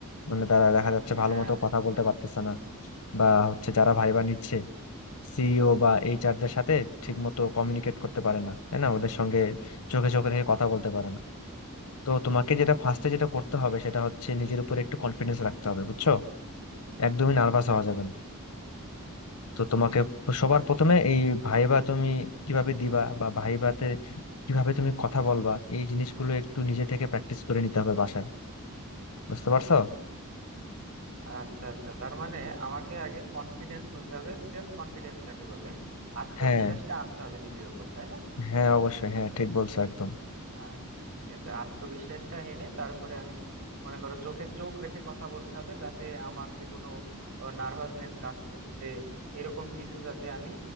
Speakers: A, on the left; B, on the right.
A: মানে তারা দেখা যাচ্ছে ভালো
B: হ্যাঁ
A: মতো
B: বুঝতে
A: কথা বলতে
B: পারছি
A: পারতেছে না বা হচ্ছে যারা ভাইবা নিচ্ছে সিইও বা এইচআর দের সাথে ঠিক মতো কমিউনিকেট করতে পারে না তাই না ওদের সঙ্গে চোখে চোখে রেখে কথা বলতে পারে না তো তোমাকে যেটা ফার্স্টে যেটা করতে হবে সেটা হচ্ছে নিজের উপরে একটু কনফিডেন্স রাখতে হবে বুঝছো একদমই নার্ভাস হওয়া যাবে না তো তোমাকে সবার
B: বুঝতে
A: প্রথমে
B: পারছি
A: এই ভাইবা তুমি কিভাবে দিবা বা ভাইবাতে কিভাবে তুমি কথা বলবা এই জিনিসগুলো একটু নিজে থেকে প্র্যাকটিস করে নিতে হবে বাসায় বুঝতে পারছো
B: আচ্ছা আচ্ছা তার মানে আমাকে আগে কনফিডেন্স হতে হবে সেলফ কনফিডেন্স যাকে বলে আত্মবিশ্বাসটা
A: হ্যাঁ
B: আনতে হবে নিজের উপর তাই না
A: হ্যাঁ অবশ্যই হ্যাঁ ঠিক বলছো একদম
B: আচ্ছা ঠিক আছে আত্মবিশ্বাসটা এনে তারপরে আমি মনে করো চোখে চোখ রেখে কথা বলতে হবে যাতে আমার যে কোনো নার্ভাসনেস কাজ করছে এরকম কিছু যাতে আমি